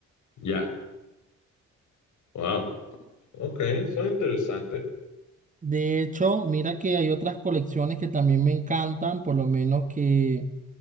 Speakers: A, on the left; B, on the right.
A: ya, Wow. Ok, son interesante.
B: De hecho, mira que hay otras colecciones que también me encantan, por lo menos que...